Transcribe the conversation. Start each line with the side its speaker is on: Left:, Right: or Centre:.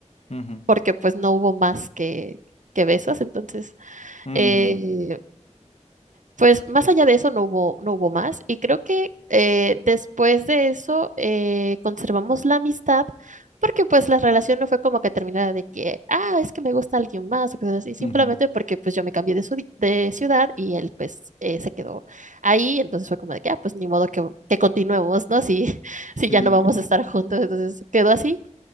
Left: ujú.
Right: porque pues no hubo más que, que besos. Entonces,
Left: Ujú,
Right: eh, Pues más allá de eso no hubo, no hubo más y creo que eh, después de eso eh, conservamos la amistad porque pues la relación no fue como que terminara de que, ah, es que me gusta alguien más o cosas así, simplemente
Left: ujú.
Right: porque pues yo me cambié de, su- de ciudad y él pues eh, se quedó ahí, entonces fue como de que, ah, pues ni modo que, que continuemos, ¿no? Si, <laughs>
Left: Sí,
Right: si ya no vamos a estar juntos, entonces quedó así.